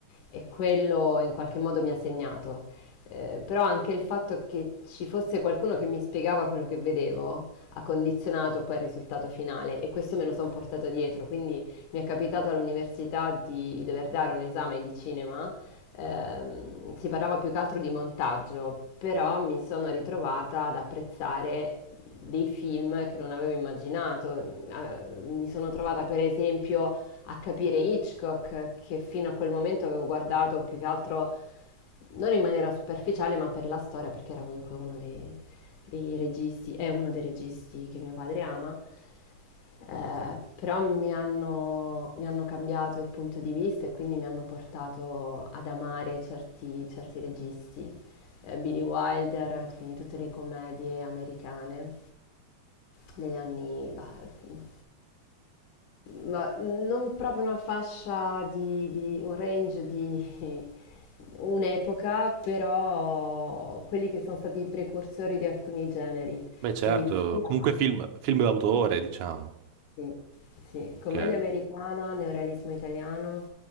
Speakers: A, on the left; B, on the right.
A: e quello in qualche modo mi ha segnato. Eh, però anche il fatto che ci fosse qualcuno che mi spiegava quello che vedevo ha condizionato poi il risultato finale e questo me lo sono portato dietro. Quindi mi è capitato all'università di dover dare un esame di cinema ehm, si parlava più che altro di montaggio, però mi sono ritrovata ad apprezzare dei film che non avevo immaginato. Eh, mi sono trovata per esempio a capire Hitchcock, che fino a quel momento avevo guardato più che altro non in maniera superficiale, ma per la storia, perché era comunque uno dei dei registi è uno dei registi che mio padre ama, ehm, però mi hanno mi hanno cambiato il punto di vista e quindi mi hanno portato ad amare certi certi registi, ehm, Billy Wilder, quindi tutte le commedie americane degli anni, bah, mhmm, ma non proprio una fascia di di un range di <laughs> un'epoca, però quelli che sono stati i precursori di alcuni generi.
B: Beh, certo,
A: Quindi sia
B: comunque film, film d'autore, diciamo.
A: sì, sì,
B: Ok,
A: commedia americana, neorealismo italiano,